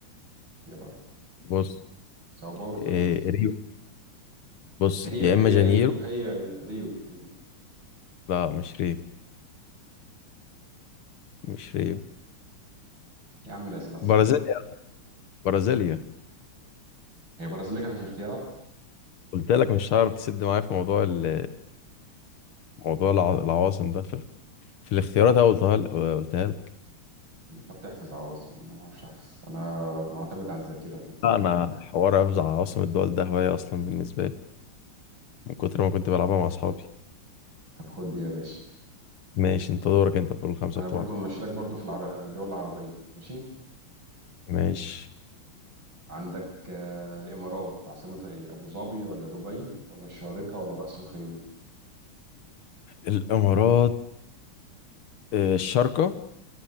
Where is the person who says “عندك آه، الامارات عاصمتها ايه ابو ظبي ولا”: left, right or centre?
Right